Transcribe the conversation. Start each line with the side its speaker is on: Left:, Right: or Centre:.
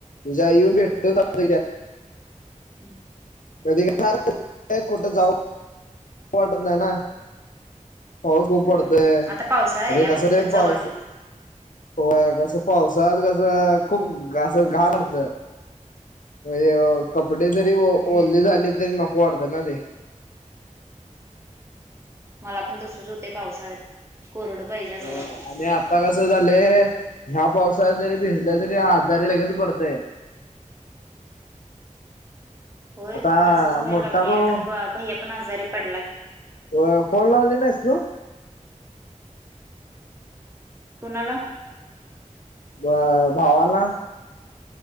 Left: तुझ्या येऊन भेटतो <inaudible>
Right: हं.
Left: कधी याचा अर्थ कुठं जाऊ वाटत नाही ना. पाऊस खूप
Right: हम्म
Left: पडतोय,
Right: आता पावसाळा आहे
Left: म्हणजे
Right: आता
Left: कसं
Right: कुठंच
Left: रे
Right: जाऊ
Left: पाऊस
Right: वाटत नाही
Left: होय कसं पावसात कसं खूप असं घाण वाटतं. ह य कपडे जरी
Right: हम्म
Left: ओले झाले तरी नको वाटतंय ना ते.
Right: मला पण तसंच हुतंय पावसाळ्यात. कोरडं पाहिजे असं
Left: अ
Right: वाटतंय.
Left: आणि आता कसं झालंय, ह्या पावसात जरी भिजलं तरी आजारी लगेच पडतंय. <inaudible>
Right: होय
Left: आता
Right: तसंच व्हायला
Left: मोठा
Right: लागलंय,
Left: भाऊ
Right: आता भैयापण आजारी पडलाय.
Left: होय फोन लावली नाहीस तू?
Right: कुणाला?
Left: ब भावाला?